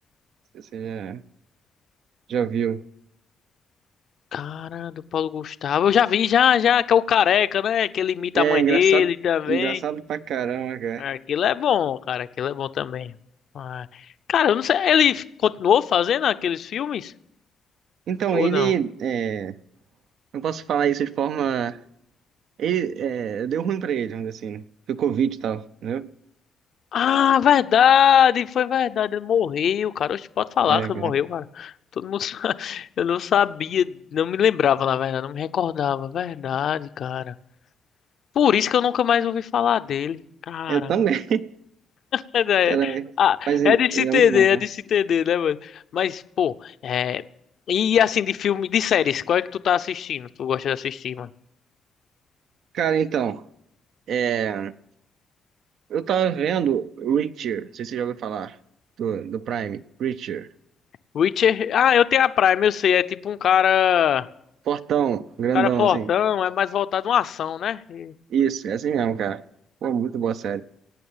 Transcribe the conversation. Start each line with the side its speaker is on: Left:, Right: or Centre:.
Right: Você já, já viu.
Left: Cara, do Paulo Gustavo. Eu já vi, já, já, que é o Careca, né? Que ele imita
Right: É
Left: a mãe
Right: engraçado,
Left: dele também.
Right: engraçado pra caramba, cara.
Left: É, Aquilo é bom, cara. Aquilo é bom também. Ah, Cara, eu não sei. Ele continuou fazendo aqueles filmes?
Right: Então,
Left: Ou
Right: ele,
Left: não?
Right: é, não posso falar isso de forma... Ele, é, deu ruim pra ele, vamos dizer assim, né? Foi Covid e tal, entendeu?
Left: Ah, verdade! Foi verdade. Ele morreu, cara. Oxe, pode falar
Right: É,
Left: que ele
Right: cara.
Left: morreu, cara. Todo mundo sabe. <laughs> Eu não sabia. Não me lembrava, na verdade. Não me recordava. Verdade, cara. Por isso que eu nunca mais ouvi falar dele. Cara.
Right: Eu também, <laughs>
Left: Mas É,
Right: cara.
Left: ah,
Right: Mas ele,
Left: é de
Right: ele
Left: se entender,
Right: é muito bom, cara.
Left: é de se entender, né, mano? Mas, pô, é. E assim, de filme, de séries, qual é que tu tá assistindo? Tu gosta de assistir, mano?
Right: Cara, então... é, Eu tava vendo Reacher, não sei se você já ouviu falar, do, do Prime, Reacher.
Left: Witcher. Ah, eu tenho a Prime, eu sei. É tipo um cara.
Right: Fortão, grandão,
Left: Cara fortão,
Right: assim.
Left: é mais voltado a uma ação, né? E
Right: Isso, é assim mesmo, cara. Pô, muito boa série.